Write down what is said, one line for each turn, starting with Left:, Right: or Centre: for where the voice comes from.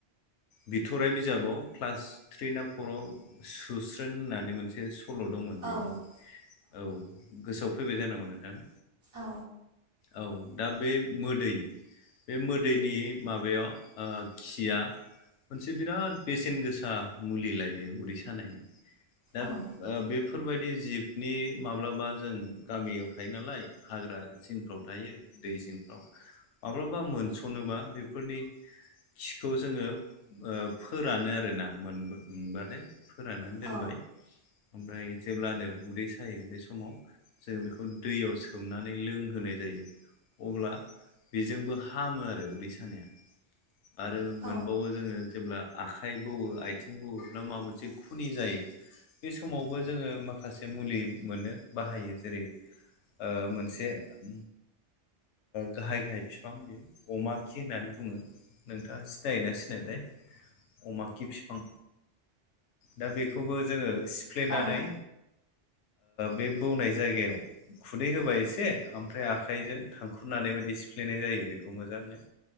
Left: बिथ'राइ बिजाबाव क्लास थ्रि ना फराव सुस्रोन होननानै मोनसे सु सल' दंमोन बेनि।
Right: औ
Left: औ गोसोआव फैबाय जानांगौ नोंथाङा
Right: औ
Left: औ दा बे मोदै बे मोदैनि माबायाव ओ खिया मोनसे बिराद बेसेन गोसा मुलिलाय बेयो उदै सानायनि। दा
Right: औ
Left: ओ बेफोरबायदि जिबनि माब्लाबा जों गामियाव थायो नालाय हाग्रा जिं फ्राव थायो दै जिंफ्राव। माब्लाबा मोनस'नोबा बेफोरनि खिखौ जोङो ओ फोरानो आरो ना मोन मोनबाथाय। फोराननानै
Right: औ
Left: दोनबाय। ओमफ्राय जेब्लानो उदै सायो। बे समाव जों बेखौ दैयाव सोमनानै लोंहोनाय जायो। अब्ला बेजोंबो हामो आरो उदै सानाया। आरो
Right: औ
Left: मोनबावो जोङो जेब्ला आखाइ बौवो आइथिं बौवो <unintelligible> माबा मोनसे खुनि जायो। बे समावबो जोङो माखासे मुलि मोनो बाहायो। जेरै ओ मोनसे ओम गाहाय गाहाय फिफां बियो। अमा खि होननानै बुङो। नोंथाङा सिनायो ना सिनायाथाय। अमा खि फिफां। दा बेखौबो जोङो <unintelligible> हुफ्लेनानै
Right: औ
Left: बे बौनाय जायगायाव खुदै होबाय एसे ओमफ्राय आखाइजों थां खुरनानै बायदि सिफ्लेनाय जायो बेखौ मोजांनो